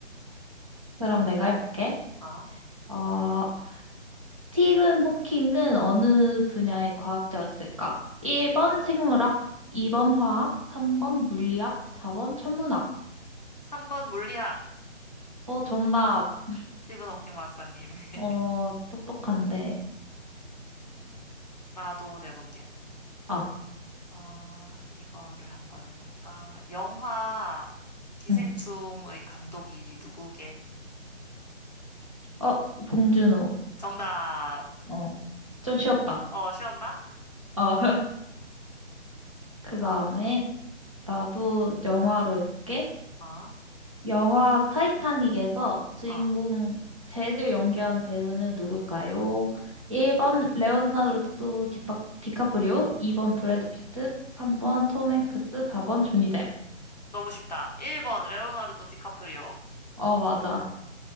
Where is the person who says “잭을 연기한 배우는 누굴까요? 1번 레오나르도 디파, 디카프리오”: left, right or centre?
Right